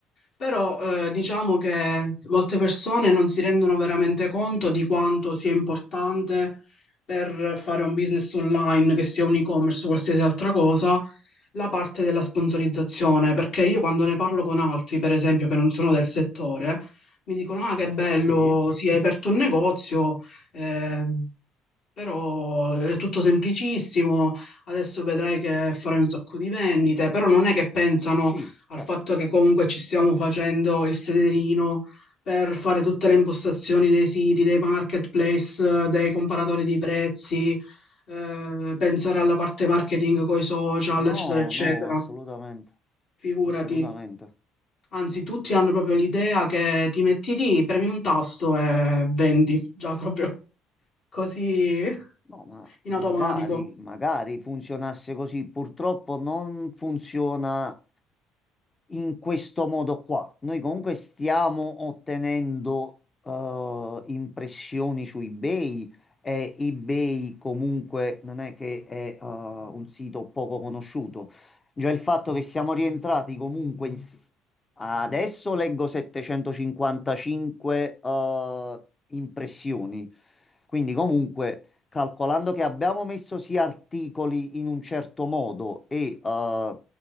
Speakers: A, on the left; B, on the left.
A: Però eh, diciamo che molte persone non si rendono veramente conto di quanto sia importante per fare un business online, che sia un e-commerce o qualsiasi altra cosa la parte della sponsorizzazione, perché io quando ne parlo con altri, per esempio, che non sono del settore, mi dicono: Ah, che bello,
B: Sì,
A: si è aperto un negozio, eh, però è tutto semplicissimo, adesso vedrai che farai un sacco di vendite, però non è che pensano
B: sì,
A: al
B: certo.
A: fatto che comunque ci stiamo facendo il sederino per fare tutte le impostazioni dei siti, dei marketplace, eh, dei comparatori di prezzi, eh, pensare alla parte marketing con i social,
B: No,
A: eccetera, eccetera.
B: no, assolutamente,
A: Figurati,
B: assolutamente.
A: anzi tutti hanno proprio l'idea che ti metti lì, premi un tasto e vendi, già proprio così
B: No, ma
A: in
B: magari,
A: automatico.
B: magari funzionasse così. Purtroppo non funziona in questo modo qua. Noi comunque stiamo ottenendo eh, impressioni su eBay e eBay comunque non è che è eh, un sito poco conosciuto. Già il fatto che siamo rientrati comunque in... Adesso leggo 755 eh, impressioni. Quindi comunque calcolando che abbiamo messo sì articoli in un certo modo e eh,